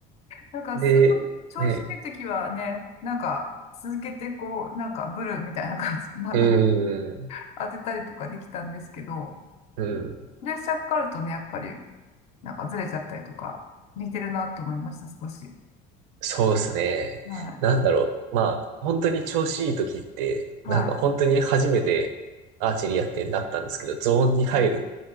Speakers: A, on the left (about 35°); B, on the right (about 70°).
A: なんかすごい調子いい時はね、
B: で、ね、
A: なんか続けてこう、なんかブルみたいな感じ、まあなんか
B: うーん、
A: 当てたりとかできたんですけど、
B: うん、
A: プレッシャーかかるとね、やっぱりなんかずれちゃったりとか、似てるなと思いました、少し。
B: そうですね。
A: は
B: なんだろう。まあ、本当に調子いい時って、
A: い。
B: なんか本当に初めてアーチェリーやってなったんですけど、
A: はい。
B: ゾーンに入る
A: はい